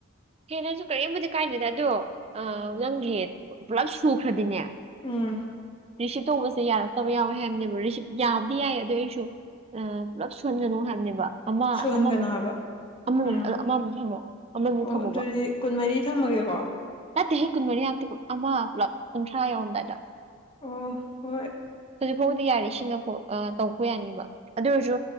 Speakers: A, on the right; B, on the left.
A: ꯍꯦꯟꯅꯒꯔꯁꯨ ꯀꯔꯤꯕꯨꯗꯤ ꯀꯥꯏꯗꯦꯗ ꯑꯗꯣ ꯑ ꯅꯪꯒꯤ ꯄꯨꯂꯞ ꯁꯨꯈ꯭ꯔꯗꯤꯅꯦ
B: ꯎꯝ
A: ꯔꯤꯁꯤꯞ ꯇꯧꯕꯁꯦ ꯌꯥꯔꯛꯇꯕ ꯌꯥꯎꯋꯦ ꯍꯥꯏꯕꯅꯦꯕ ꯔꯤꯁꯤꯞ ꯌꯥꯕꯗꯤ ꯌꯥꯏ ꯑꯗꯨ ꯑꯩꯁꯨ ꯑ ꯄꯨꯂꯞ ꯁꯣꯟꯖꯅꯨ ꯍꯥꯏꯕꯅꯦꯕ ꯑꯃ
B: ꯁꯨꯍꯟꯒꯅꯣ
A: ꯑꯃꯃꯨꯛ
B: ꯍꯥꯏꯕ
A: ꯑꯃꯃꯨꯛ
B: ꯎꯝ
A: ꯑꯃꯃꯨꯛ ꯊꯝꯃꯣ ꯑꯃꯃꯨꯛ
B: ꯑꯣ
A: ꯊꯝꯃꯣꯕ
B: ꯑꯗꯨꯗꯤ ꯀꯨꯟꯃꯔꯤ ꯊꯝꯃꯒꯦꯀꯣ
A: ꯅꯠꯇꯦ ꯍꯦꯛ ꯀꯨꯟꯃꯔꯤ ꯑ ꯑꯃ ꯄꯨꯂꯞ ꯀꯨꯟꯊ꯭ꯔꯥ ꯌꯧꯔꯝꯗꯥꯏꯗ
B: ꯑꯣ ꯍꯣꯏ
A: ꯐꯥꯎꯗꯤ ꯌꯥꯔꯤ ꯁꯤꯅꯣ ꯑ ꯇꯧꯕ ꯌꯥꯅꯤꯕ ꯑꯗꯨ ꯑꯣꯏꯔꯁꯨ